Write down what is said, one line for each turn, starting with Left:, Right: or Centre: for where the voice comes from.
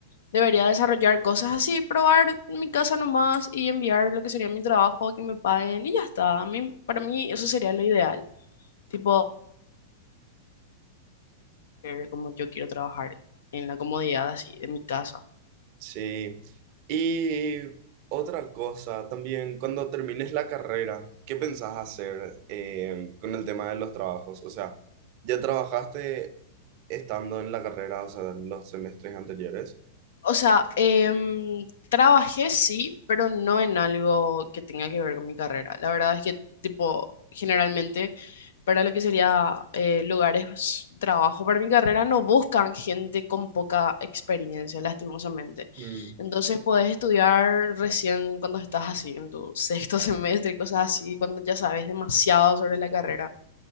Left: debería desarrollar cosas así, probar en mi casa nomás y enviar lo que sería mi trabajo, que me paguen y ya está. A mí, para mí eso sería lo ideal, tipo, eh, como yo quiero trabajar en la comodidad así de mi casa.
Right: Sí. Y otra cosa también, cuando termines la carrera, ¿qué pensás hacer eh, con el tema de los trabajos? O sea, ¿ya trabajaste estando en la carrera, o sea, en los semestres anteriores?
Left: O sea, em, trabajé sí, pero no en algo que tenga que ver con mi carrera. La verdad es que, tipo, generalmente para lo que sería eh, lugares de trabajo para mi carrera no buscan gente con poca experiencia, lastimosamente.
Right: Mm.
Left: Entonces podés estudiar recién cuando estás así, en tu sexto <laughs> semestre y cosas así, cuando ya sabes demasiado sobre la carrera